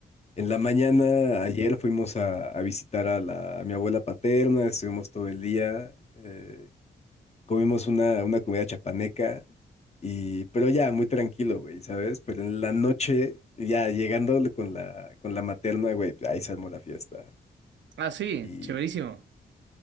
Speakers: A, on the left (about 35°); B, on the right (about 75°).
A: En la mañana, ayer fuimos a, a visitar a, la, a mi abuela paterna, estuvimos todo el día. eh, comimos una, una comida chapaneca, y, pero ya muy tranquilo, güey, ¿sabes? Pero en la noche, ya llegando con la, con la materna, güey, pues, ahí se armó la fiesta.
B: Ah, sí,
A: Y
B: chéverísimo.